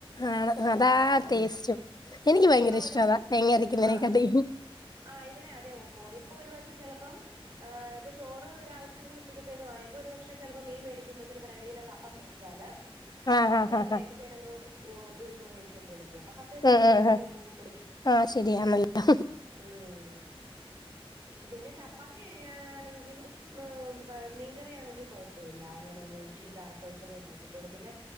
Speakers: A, on the left; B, on the right.
A: ആണ് അതാ
B: ഉം
A: ടേസ്റ്റും എനിക്ക് ഭയങ്കര
B: ഇപ്പൊ
A: ഇഷ്ടം
B: ഒരു
A: അതാ തേങ്ങ അരക്കുന്നതിനേക്കാട്ടി
B: ആഹ് ആഹ് ഇവിടെ അതെ പ്പോവു ഇപ്പൊ ഒരു പക്ഷെ ചെലപ്പം ഏഹ് ഇപ്പൊ ചോറ് രാവിലെ ത്തേനും ഉച്ചക്കത്തേനും ആയപ്പോ ഒരു പക്ഷെ ചെലപ്പോ മീ മേടിക്കുമ്പോ ചെലപ്പോ രണ്ട് കിലോ കപ്പ മേടിച്ചാല്
A: ആഹ്
B: അത്
A: ആഹ്
B: ഞാൻ
A: ആഹ്
B: വൈകിട്ടത്തേനങ്ങ്
A: ആഹ്
B: പുഴുങ്ങോ, വോഗിക്കോ എന്തേലും ചെയ്യാം കപ്പയും
A: ഉം
B: മീനുമായിട്ട്
A: ഉം
B: അങ് പോവും പൊളിക്കും
A: ആഹ് ശരിയാന്നല്ലോ
B: ഉം പിന്നെ ചപ്പാത്തി ആണെങ്കിലും ഉം മീൻകറിയാണെങ്കി കൊഴപ്പവില്ല അങ്ങനെ അങ്ങ് ഇച്ചിരി ചാറൊക്കെ വെച്ചങ്ങ് കൂട്ടിക്കോളും പിന്നെ